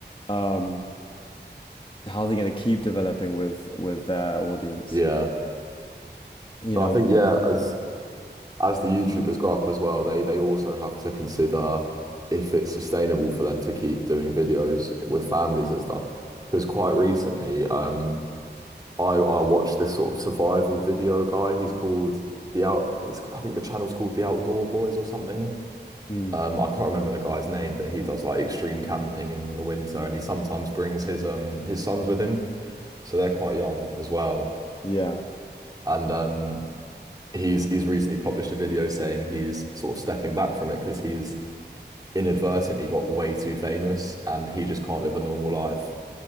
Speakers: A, on the left; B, on the right.
A: um, how are they gonna keep developing with with their audience?
B: yeah.
A: You
B: No,
A: know,
B: I think yeah, as as the YouTubers grow up as well, they they also have to consider if it's sustainable for them to keep doing videos with families and stuff. Because quite recently, um, I I watched this sort of survival video guy. He's called the out. He's, I think the channel's called the Outdoor Boys or something.
A: mm,
B: Um, I can't remember the guy's name, but he does like extreme camping in the winter, and he sometimes brings his um his sons with him. So they're quite young as well.
A: yeah.
B: and um, he's he's recently published a video saying he's sort of stepping back from it because he's inadvertently got way too famous and he just can't live a normal life,